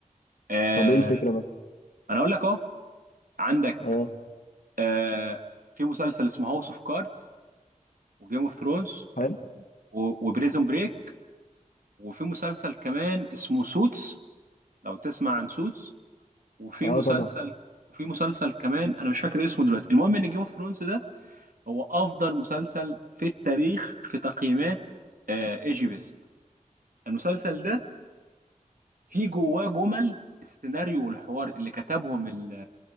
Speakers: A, on the right; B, on the left.
A: آه
B: طب ايه الفكره مثلا
A: انا اقول لك اهو عندك
B: اه
A: آه في مسلسل اسمه هاوس اوف كاردز وجيم اوف ثرونز
B: حلو
A: و- وبريزون بريك وفي مسلسل كمان اسمه سوتس لو تسمع عن سوتس وفي
B: اه
A: مسلسل
B: طبعا
A: وفي مسلسل كمان انا مش فاكر اسمه دلوقتي المهم ان جيم اوف ثرونز ده هو افضل مسلسل في التاريخ في تقييمات آه، ايجي بيست المسلسل ده فيه جواه جمل السيناريو والحوار اللي كتبهم ال-